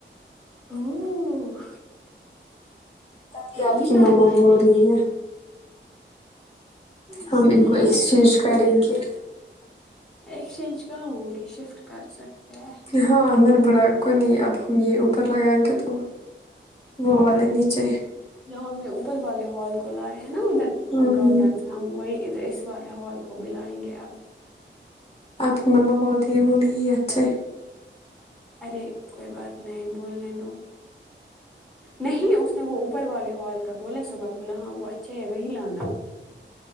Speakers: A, in the centre; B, on the left (about 30°).
A: او
B: تب
A: تو
B: ہی آپ
A: یہ
B: کی
A: بات
B: مما بول
A: ہ
B: رہی ہے
A: صحیح
B: ہم ان کو ایکسچینج
A: ہے
B: کریں گے
A: ایکسچینج کہاں ہوں گے شفٹ کر سکتے ہیں
B: ہاں میں نے بولا کوئی نہیں اب ہم یہ اوپر لگائیں گے تو وہ والے نیچے
A: جہاں ہم نے اوپر والے ہال کو لائے ہیں نا ادھر
B: ہوں
A: کرٹنس ہم وہی اس والے ہال کو بلائیں گے اب
B: آپ کی مما بولتی ہے وہ نہیں اچھے
A: ارے کوئی بات نہیں بولنے دو نہیں اس نے وہ اوپر والے ہال کا بولا صبح بولا ہاں وہ اچھے ہے وہی لانا